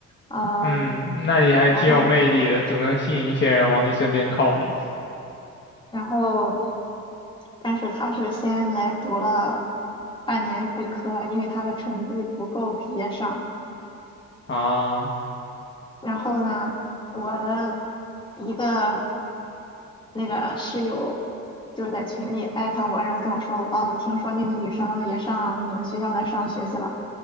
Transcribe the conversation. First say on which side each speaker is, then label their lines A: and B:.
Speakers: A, on the left; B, on the left.
A: 呃。
B: 嗯，那你还挺有魅力的，
A: 然后
B: 总能吸引一些人往你身边靠拢
A: 然后，但是他是先来读了半年预科，因为他的成绩不够直接上。
B: 啊。
A: 然后呢，我的一个那个室友就是在群里艾特我，然后跟我说，哦，我听说那个女生也上你们学校的上学去了。